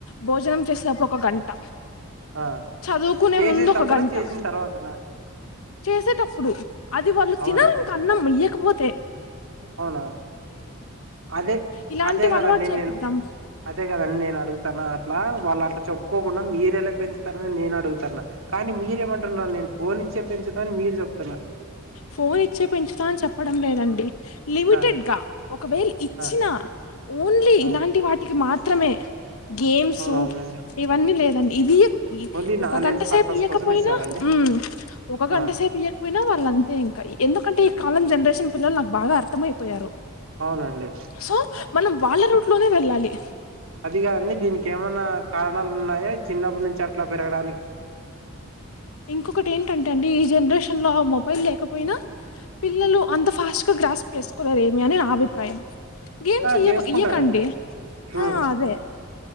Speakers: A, on the left (about 80°); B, on the right (about 75°).
A: భోజనం చేసేప్పు ఒక గంట
B: ఆ
A: చదువుకునే
B: చేసేటప్పుడా
A: ముందు ఒక గంట
B: చేసిన తర్వాతనా
A: చేసేటప్పుడు అది వాళ్ళు
B: అవునా
A: తినరు
B: అండి
A: ఇంక అన్నం ఇయ్యాక్ కపోతే
B: అవునా అదే
A: ఇలాంటివి
B: అదే కదండి
A: అలవాటు చేపిద్దాం
B: నేను అదే కదండి నేను అడుగుతాన అట్లా వాళ్ళు అట్లా చెప్పుకోకుండా మీరేలా పెంచస్తారనని నేను అడుగుతాన కానీ మీరేమంటున్న నేను ఫోన్ ఇచ్చే పెంచుతాని మీరు చెప్తున్నారు
A: ఫోన్ ఇచ్చే పెంచుతా అని చెప్పడం లేదండి లిమిటెడ్
B: ఆ
A: గా ఒకవేళ ఇచ్చిన
B: ఆ
A: ఓన్లీ
B: ఆ
A: ఇలాంటి వాటికి మాత్ మాత్రమే గేమ్సు
B: అవునవునండి
A: ఇవన్నీ లేదండి ఇది ఈ
B: ఓన్లీ
A: ఒక
B: నాలెడ్జ్
A: గంట సేపు
B: పర్పస్
A: ఇయకపోయినా
B: కోసం ఇస్తారండి
A: మ్మ్ ఒక గంట
B: ఆ
A: సేపు ఇయ్వకపోయినా వాళ్ళంతే ఇంకా ఎందుకంటే అంటే ఈ కాలం జనరేషన్ పిల్లలు నాకు బాగా అర్థమయిపోయారు
B: అవునండి
A: సో మనం వాళ్ళ రూట్లోనే వెళ్ళాలి
B: అది కాదండి దీనికి ఏమన్నా కారణాలు ఉన్నాయా చిన్నప్పుడు నుంచి అట్లా పెరగడానికి
A: ఇంకొకటి ఏంటంటే అండి ఈ జనరేషన్ లో ఆ మొబైల్ లేకపోయినా పిల్లలు అంత ఫాస్ట్ గా గ్రాస్ప్ చేసుకోలేరు ఏమి అని నా అభిప్రాయం గేమ్స్
B: ఆ
A: ఇయ
B: చేసుకుంటారండి
A: ఇయకండి హా
B: ఉమ్,
A: అదే